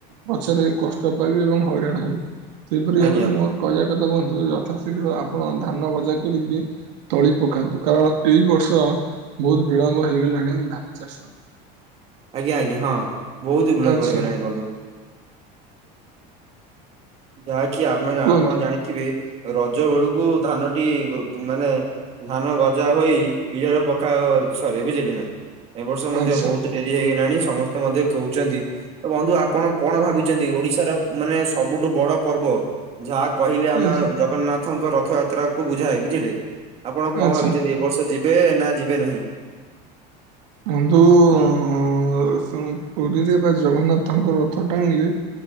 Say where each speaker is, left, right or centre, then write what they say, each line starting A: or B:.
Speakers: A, on the right; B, on the right.
A: ପଛରେ କଷ୍ଟ ପାଇବେ ଏବଂ ହଇରାଣ ହେବେ। ସେହିପରି
B: ଆଜ୍ଞା
A: ଭାବରେ ମୋର କହିବା କଥା ବନ୍ଧୁ ଯଥାଶୀଘ୍ର ଆପଣ ଧାନ ବଜା କରିକି ତଳି ପକାନ୍ତୁ କାରଣ ଏଇ ବର୍ଷ ବହୁତ ବିଳମ୍ବ ହେଇଗଲାଣି ଧାନ ଚାଷ।
B: ଆଜ୍ଞା ଆଜ୍ଞା ହଁ ବହୁତ ବିଳମ୍ବ
A: ଆଚ୍ଛା
B: ହେଇଗଲାଣି ବନ୍ଧୁ। ଯାହାକି ଆମେ
A: କୁହନ୍ତୁ
B: ଆପଣ ଜାଣିଥିବେ ରଜ ବେଳକୁ ଧାନଟି ମାନେ ଧାନ ଗଜା ହୋଇ ବିଜରେ ପକା ସରେ ବୁଝିଲେ ନା ଏ ବର୍ଷ ମଧ୍ୟ
A: ଆଚ୍ଛା
B: ବହୁତ ଡେରି ହେଇଗଲାଣି ସମସ୍ତେ ମଧ୍ୟ କହୁଛନ୍ତି ତ ବନ୍ଧୁ ଆପଣ କଣ ଭାବିଛନ୍ତି ଓଡିଶାର ମାନେ ସ ସବୁଠୁ ବଡ ପର୍ବ ଯାହା କହିଲେ ଆମେ
A: ଆଚ୍ଛା
B: ଜଗନ୍ନାଥଙ୍କ ରଥଯାତ ଯାତ୍ରା କୁ ବୁଝାଏ ବୁଝିଲେ ଆପଣ କଣ
A: ଆଚ୍ଛା।
B: ଭାବିଛନ୍ତି ଏ ବର୍ଷ ଯିବେ ନା ଯିବେ ନାହିଁ?
A: ବନ୍ଧୁ ଉଁ ସେ ପୁରୀରେ ବା ଜଗନ୍ନାଥଙ୍କ ରଥ ଟାଣିଲେ